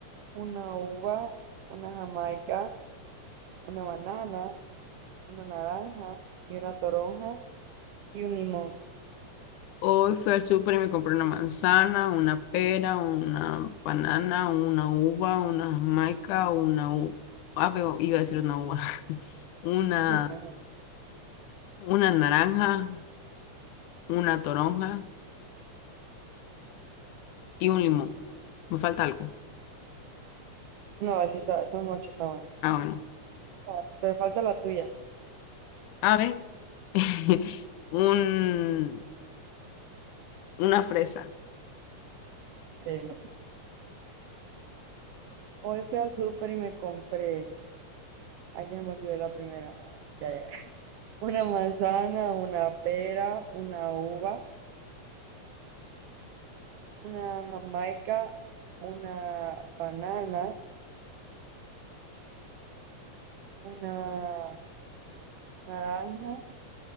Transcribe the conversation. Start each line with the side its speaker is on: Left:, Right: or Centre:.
Right: una uva, una jamaica, una banana, una naranja y una toronja y un limón.
Left: Hoy fui al súper y me compré una manzana, una pera, una banana, una uva, una jamaica, una u... ah, pero iba a decir una uva, <laughs> una,
Right: Mm, ajá.
Left: una naranja, una toronja y un limón. Me falta algo.
Right: No, así está, son ocho, está bueno.
Left: Ah, bueno.
Right: Todas. Pero falta la tuya.
Left: A ver, <laughs> un, una fresa.
Right: Ok, no. Hoy fui al súper y me compré, ay, ya me olvidó la primera. Ah, Ya, ya. <laughs> Una manzana, una pera, una uva, una jamaica, una banana, una naranja,